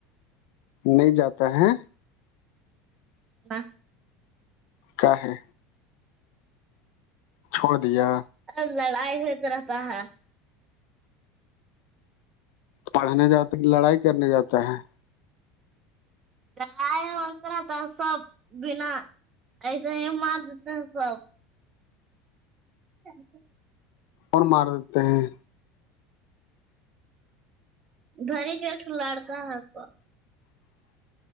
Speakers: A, on the left (about 65°); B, on the right (about 25°).
A: نہیں جاتا ہے
B: ہاں
A: کا ہے چھوڑ دیا
B: ا لڑ آئی ہوت رہتا ہا
A: پڑھنے جاتے لڑائی کرنے جاتا ہے
B: لائے ہو اترا تو سب بنا ایسے ہی مار دیتے ہیں سب <unintelligible>
A: اور مار دیتے ہیں
B: ادھر ہی کا اکٹھ لڑکا ہےپا